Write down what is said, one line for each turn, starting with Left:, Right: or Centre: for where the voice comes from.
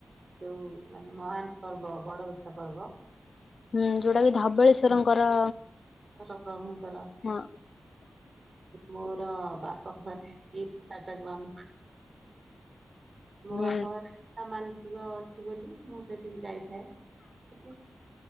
Right: ଯୋଉ ମାନେ ମହାନପର୍ବ ବଡ଼ଓଷା ପର୍ବ।
Left: ହୁଁ ଯୋଉଟା କି ଧବଳେଶ୍ଵରଙ୍କର
Right: ଟ ପ୍ରଭୁଙ୍କର।
Left: ହଁ।
Right: ମୋର ବାପ ଘରେ ଏଇ ଇଚ୍ଛାଟାକୁ ଆମକୁ ମୋ
Left: ହୁଁ
Right: ବାପ ଘରେ ତା ମାନସିକ ଅଛି ବୋଲି ମୁଁ ସେଠିକି ଯାଇଥାଏ। ସେଠି